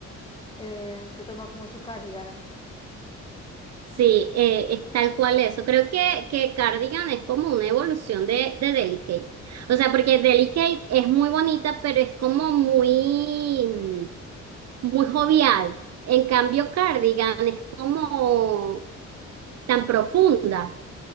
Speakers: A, on the left; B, on the right.
A: eh, te toma como su Cardigan.
B: Sí, eh, es tal cual eso. Creo que, que Cardigan es como una evolución de, de Delicate. O sea, porque Delicate es muy bonita, pero es como muy, mm, muy jovial. En cambio, Cardigan es como tan profunda.